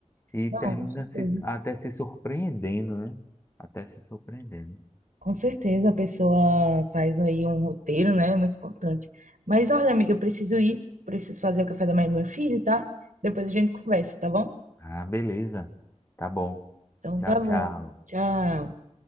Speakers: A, on the left (about 20°); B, on the right (about 85°).
A: e
B: Não,
A: termina
B: com certeza.
A: se, até se surpreendendo, né? Até se surpreendendo.
B: Com certeza a pessoa faz aí um roteiro, né? É muito importante. Mas olha, amiga, eu preciso ir, preciso fazer o café da manhã do meu filho, tá? Depois a gente conversa, tá bom?
A: Ah, beleza. Tá bom.
B: Então
A: Tchau,
B: tá bom.
A: tchau.
B: Tchau.